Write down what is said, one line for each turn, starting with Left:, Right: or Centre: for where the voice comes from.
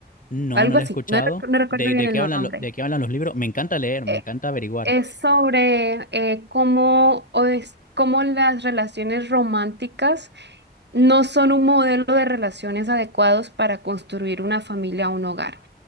Left: No,
Right: algo
Left: no lo
Right: así,
Left: he escuchado.
Right: no, rec- no recuerdo
Left: ¿De,
Right: bien
Left: de
Right: el
Left: qué
Right: nombre.
Left: hablan, lo- de qué hablan los libros? Me encanta leer, me
Right: Eh,
Left: encanta averiguar.
Right: es sobre eh, cómo, o es- cómo las relaciones románticas no son un modelo de relaciones adecuados para construir una familia o un hogar.